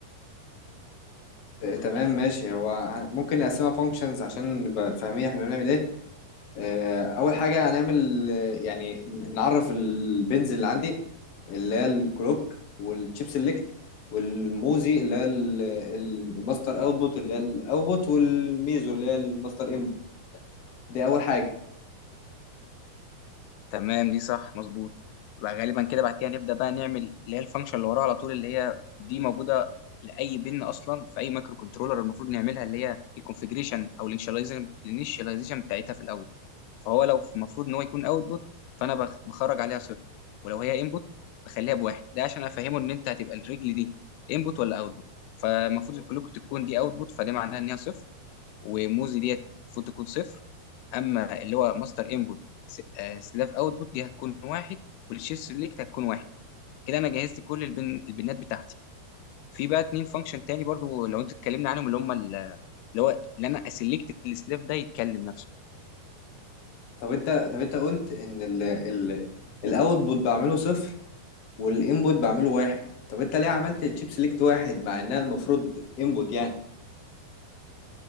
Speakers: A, on the left; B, on the left.
A: تمام ماشي هو ممكن نقسمها فانكشنز عشان نبقى فاهمين احنا بنعمل ايه آه، اول حاجه هنعمل آه، يعني ن- نعرف البنز اللي عندي اللي هي الكلوك والشيب سيلكت والموزي اللي هي ال- الماستر اوتبوت اللي هي الاوتبوت والميزو اللي هي الماستر انبوت دي اول حاجه
B: تمام دي صح مظبوط بقى غالبا كده بعد كده نبدا بقى نعمل اللي هي الفانكشن اللي وراها على طول اللي هي دي موجوده لاي بن اصلا في اي مايكرو كنترولر المفروض نعملها اللي هي الكونفجريشن او الانشاليزيشن الانيشاليزيشن بتاعتها في الاول فهو لو المفروض ان هو يكون اوتبوت فانا بخ- بخرج عليها صفر ولو هي انبوت بخليها بواحد ده عشان افهمه ان انت هتبقى الرجل دي انبوت ولا اوتبوت فالمفروض كلكم تكون دي اوتبوت فده معناها ان هي صفر وموزي ديت المفروض تكون صفر اما اللي هو ماستر انبوت سلاف اوتبوت دي هتكون واحد والشيف سيلكت هتكون واحد كده انا جهزت كل البن... البنات بتاعتي في بقى اتنين فانكشن تاني برضو لو انت اتكلمنا عنهم اللي هم ال- اللي هو اللي انا اسلكت السلاف ده يتكلم نفسه
A: طب انت طب انت قلت ان ال ال الاوتبوت بعمله صفر والانبوت بعمله واحد طب انت ليه عملت الشيب سيلكت واحد مع انها المفروض انبوت يعني